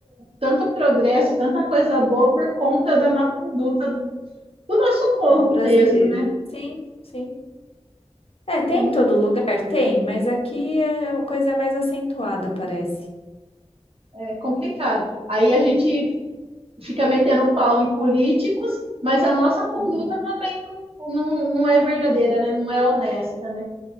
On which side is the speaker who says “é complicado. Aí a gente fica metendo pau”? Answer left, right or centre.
Right